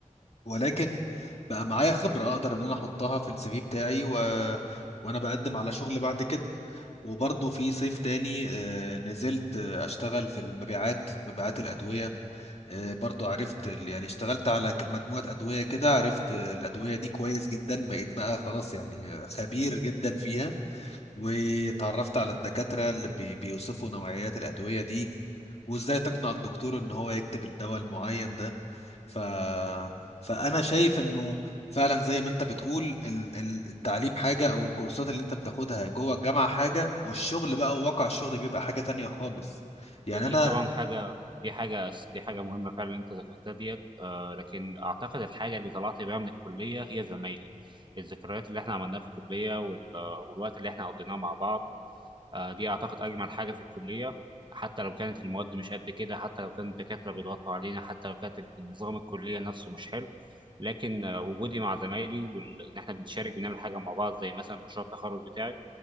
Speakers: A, on the left (about 50°); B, on the right (about 35°).
A: ولكن بقى معايا خبره اقدر ان انا احطها في السي في بتاعي و... وانا بقدم على شغل بعد كده وبرضه في صيف تاني آه، نزلت آه، اشتغل في المبيعات مبيعات الادويه آه، برضه عرفت ال- يعني اشتغلت على ك- مجموعه ادويه كده عرفت آه، الادويه دي كويس جدا بقيت بقى خلاص يعني آه، خبير جدا فيها وتعرفت على الدكاترة اللي بي- بيوصفوا نوعيات الأدوية دي وإزاي تقنع الدكتور إن هو يكتب الدواء المعين ده ف... فأنا شايف إنه فعلا زي ما أنت بتقول ال- ال- التعليم حاجة أو الكورسات اللي أنت بتاخدها جوه الجامعة حاجة والشغل بقى وواقع الشغل بيبقى حاجة تانية خالص يعني
B: هي دي
A: أنا
B: طبعا حاجه دي حاجه دي حاجه مهمه فعلا اللي انت ذكرتها ديت آه لكن اعتقد الحاجه اللي طلعت بيها من الكليه هي زمايلي الذكريات اللي احنا عملناها في الكليه وال- والوقت اللي احنا قضيناه مع بعض آه، دي اعتقد اجمل حاجه في الكليه حتى لو كانت المواد مش قد كده حتى لو كان الدكاتره بيضغطوا علينا حتى لو كانت النظام الكليه نفسه مش حلو لكن آه، وجودي مع زمايلي وان احنا بنشارك بنعمل حاجه مع بعض زي مثلا مشروع التخرج بتاعي